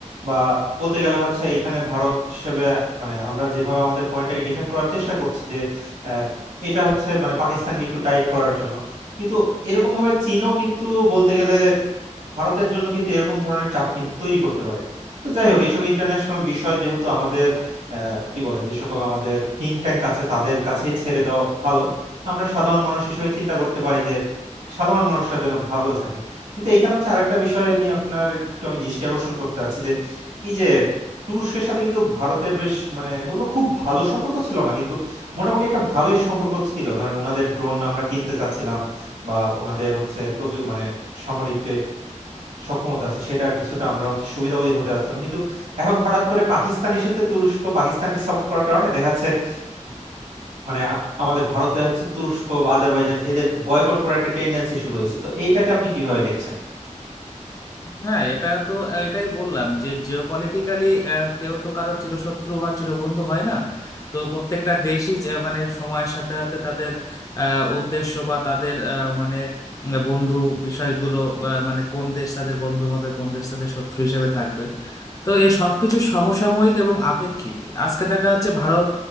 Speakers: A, on the right; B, on the left.
A: বা বলতে গেলে হচ্ছে এইখানে ভারত হিসেবে মানে আমরা যেভাবে আমাদের পয়েন্টটাকে ডিফেন্ড করার চেষ্টা করছি যে আহ, এটা হচ্ছে মানে পাকিস্তানকে একটু টাইট করার জন্য কিন্তু এরকম ভাবে চীনও কিন্তু বলতে গেলে ভারতের জন্য কিন্তু এরকম ধরনের চাপ কিন্তু তৈরি করতে পারে তো যাই হোক এইসব ইন্টারন্যাশনাল বিষয় যেহেতু আমাদের আহ, কি বলে যে সকল আমাদের থিঙ্ক ট্যাঙ্ক আছে তাদের কাছেই ছেড়ে দেওয়া ভালো আমরা সাধারণ মানুষ হিসেবে চিন্তা করতে পারি যে সাধারণ মানুষরা যেন ভালো থাকে কিন্তু এইখানে হচ্ছে আরেকটা বিষয় নিয়ে আপনার একটু আমি দৃষ্টি আকর্ষণ করতে চাচ্ছি যে এই যে তুরস্কের সাথে কিন্তু ভারতের বেশ মানে বলবো খুব ভালো সম্পর্ক ছিল না কিন্তু মোটামুটি একটা ভালোই সম্পর্ক ছিল ধরেন ওনাদের ড্রোন আমরা কিনতে চাচ্ছিলাম বা ওনাদের হচ্ছে প্রযু মানে সামরিক যে সক্ষমতা আছে সেটার কিছুটা আমরা হচ্ছে সুবিধাভোগী হতে যাচ্ছিলাম কিন্তু এখন হঠাৎ করে পাকিস্তানের সাথে তুরস্ক পাকিস্তানকে সাপোর্ট করার কারণে দেখা যাচ্ছে উম, মানে আ- আমাদের ভারতে হচ্ছে তুরস্ক বা আজারবাইজান এদের বয়কট করার একটা টেন্ডেন্সি শুরু হয়েছে তো এইটাকে আপনি কিভাবে দেখছেন
B: হ্যাঁ এটা তো এটাই বললাম যে জিওপলিটিক্যালি কেউ তো কারো চিরশত্রু বা চিরবন্ধু হয় না তো প্রত্যেকটা দেশই যে মানে সময়ের সাথে সাথে তাদের আহ, উদ্দেশ্য বা তাদের আহ, মানে বন্ধু বিষয়গুলো বা মানে কোন দেশ তাদের বন্ধু হবে কোন দেশ তাদের শত্রু হিসেবে থাকবে তো এই সবকিছু সমসাময়িক এবং আপেক্ষিক আজকে দেখা যাচ্ছে ভারত